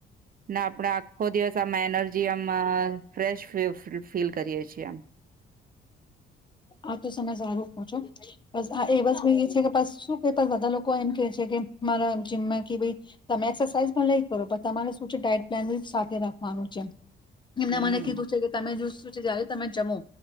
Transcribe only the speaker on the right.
ને આપણે આખો દિવસ એનર્જી અમાં ફ્રેશ ફીલ ફ્રી ફીલ કરીએ છીએ એમ
હમ્મ,